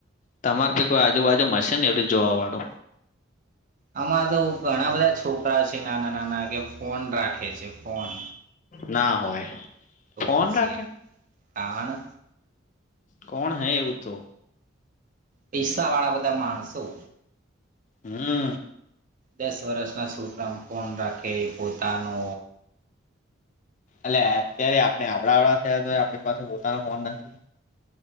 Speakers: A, on the left; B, on the right.
A: તમાર ભી કોઈ આજુબાજુ મશે ને એવી જોવા વાળો.
B: આમાં તો ઘણા બધા છોકરા છે નાના નાના કે ફોન રાખે છે ફોન.
A: ના હોય.
B: તો
A: ફોન
B: પછી
A: રાખે
B: આપણે
A: કોણ હૈ એવું તો.
B: પૈસા વાળા બધા માણસો.
A: હમ્મ.
B: દસ વર્ષના છોકરા ઓ ફોન રાખે પોતાનો
A: એલે અત્યારે આપણે આપડા વાડા થયા તો આપણી પાસે પોતાનો ફોન નથી.